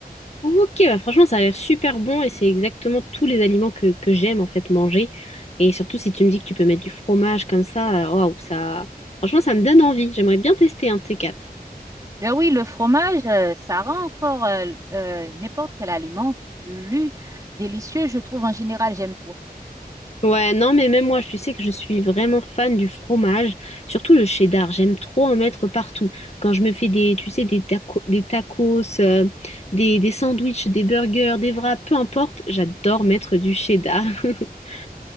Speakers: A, on the left; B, on the right.
A: Ok, bah franchement, ça a l'air super bon et c'est exactement tous les aliments que, que j'aime en fait manger. Et surtout, si tu me dis que tu peux mettre du fromage comme ça, euh, waouh, ça. Franchement, ça me donne envie. J'aimerais bien tester un de ces quatre.
B: Ben oui, le fromage, euh, ça rend encore euh, euh, n'importe quel aliment plus délicieux, je trouve en général, j'aime trop.
A: Ouais, non, mais même moi, tu sais que je suis vraiment fan du fromage, surtout le cheddar. J'aime trop en mettre partout. Quand je me fais des, tu sais, des taco- des tacos, euh, des, des sandwichs, des burgers, des wraps, peu importe, j'adore mettre du cheddar. <laughs>